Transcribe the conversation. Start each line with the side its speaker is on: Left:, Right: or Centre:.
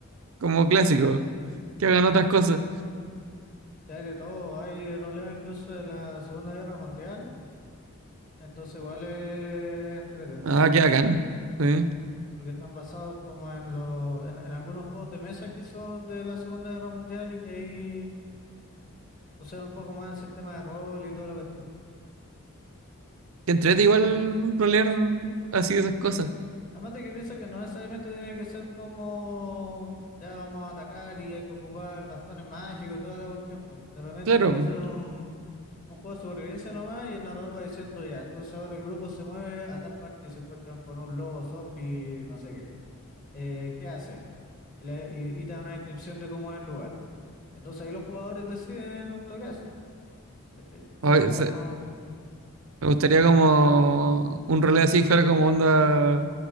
Right: como clásico, que hagan otras cosas,
Left: Ya hay de todo, hay roleo incluso de la Segunda Guerra Mundial. Entonces igual es entrete,
Right: ah, que hagan, sí.
Left: porque están basados como en los, en, en algunos juegos de mesa que son de la Segunda Guerra Mundial y que ahí usaron un poco más el sistema de rol y toda la cuestión.
Right: Que entrete igual rolear así esas cosas,
Left: Además de que piensa que no necesariamente tiene que ser como ya vamos a atacar y hay que ocupar bastones mágicos y toda la cuestión, pues. De repente
Right: claro,
Left: puede ser un, un juego de supervivencia nomás y el narrador va diciendo ya, entonces ahora el grupo se mueve a tal parte y se encuentran con un lobo zombie, no sé qué. Eh, ¿qué hacen? y, le- y- y te da una descripción de cómo es el lugar. Entonces ahí los jugadores deciden lo que hacen, ¿cachai? Y
Right: po.
Left: Eso
Right: Ay,
Left: es todo,
Right: se-
Left: ¿no?
Right: Me gustaría como un rol así fuera como onda